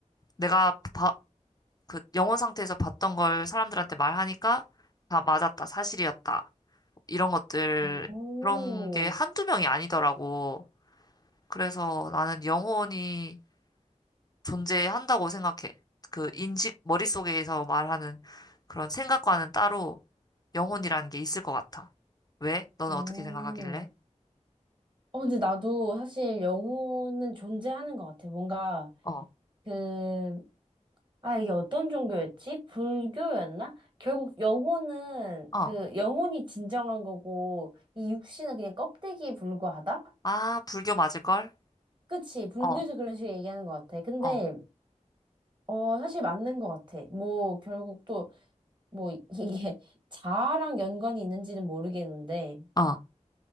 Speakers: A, on the left; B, on the right.
A: 내가 봐- 그 영혼 상태에서 봤던 걸 사람들한테 말하니까 다 맞았다. 사실이었다. 이런 것들
B: 오,
A: 그런 게 한두 명이 아니더라고. 그래서 나는 영혼이 존재한다고 생각해. 그 인식, 머릿속에서 말하는 그런 생각과는 따로 영혼이라는 게 있을 것 같아. 왜? 너는
B: 오.
A: 어떻게 생각하길래?
B: 어, 근데 나도 사실 영혼은 존재하는 것 같아. 뭔가,
A: 어,
B: 그, 아, 이게 어떤 종교였지? 불교였나? 결국 영혼은,
A: 어.
B: 그, 영혼이 진정한 거고, 이 육신은 그냥 껍데기에 불과하다?
A: 아, 불교 맞을걸?
B: 그치. 불교에서
A: 어,
B: 그런 식으로 얘기하는 것 같아. 근데,
A: 어,
B: 어, 사실 맞는 것 같아. 뭐, 결국 또, 뭐, 이- 이게 <laughs> 자아랑 연관이 있는지는 모르겠는데,
A: 어.